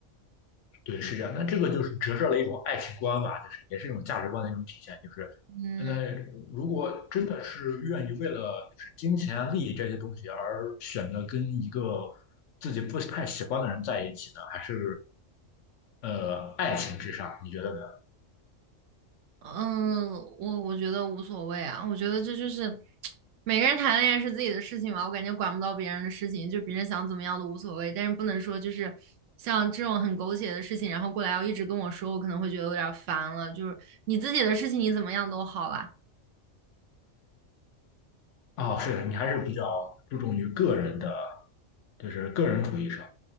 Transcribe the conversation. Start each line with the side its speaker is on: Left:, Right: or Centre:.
Left: 对，是这样。那这个就是折射了一种爱情观吧，就是也是一种价值观的一种体现。就是，
Right: 嗯。
Left: 那如果真的是愿意为了就是金钱啊、利益这些东西而选择跟一个自己不太喜欢的人在一起呢，还是呃爱情至上？你觉得呢？
Right: 嗯，我我觉得无所谓啊，我觉得这就是每个人谈恋爱是自己的事情嘛，我感觉管不到别人的事情，就别人想怎么样都无所谓，但是不能说就是像这种很狗血的事情，然后过来要一直跟我说，我可能会觉得有点儿烦了。就是你自己的事情你怎么样都好啦，
Left: 哦，是的你还是比较注重于个人的，就是个人主义上。